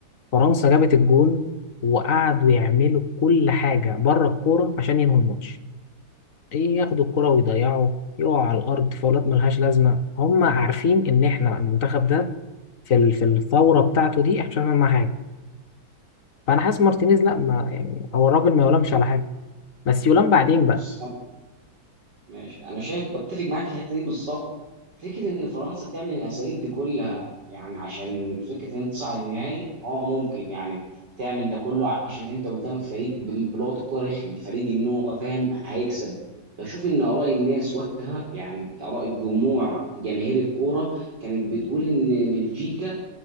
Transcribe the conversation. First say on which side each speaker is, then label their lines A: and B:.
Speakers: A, on the left; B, on the right.
A: فرنسا جابت الجون وقعدوا يعملوا كل حاجة بره الكورة عشان ينهوا الماتش ايه ياخدوا الكورة ويضيعوا يقعوا على الأرض فاولات ملهاش لازمة هم عارفين إن احنا المنتخب ده في ال- في الثورة بتاعته دي احنا مش هنعمل معاه حاجة فأنا حاسس مارتينيز لا ما يعني هو الراجل ما يلامش على حاجة بس يلام بعدين
B: بص
A: بقى
B: أنا- ماشي انا شايف بتفق معاك في الحته دي بالظبط فكرة إن فرنسا تعمل الأساليب دي كلها يعني عشان فكرة إن أنت تصعد النهائي أه ممكن يعني تعمل ده كله عشان أنت قدامك فريق بم- بلغة الكورة رخم فريق إن هو فاهم هيكسبك بشوف إن آراء الناس وقتها يعني آراء الجموع جماهير الكورة كانت بتقول إن بلجيكا